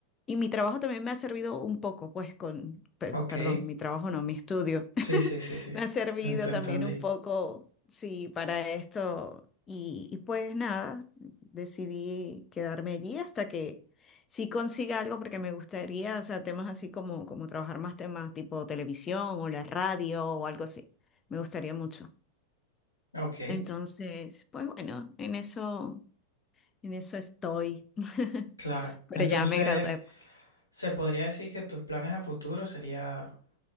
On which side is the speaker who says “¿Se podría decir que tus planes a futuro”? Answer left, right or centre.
Left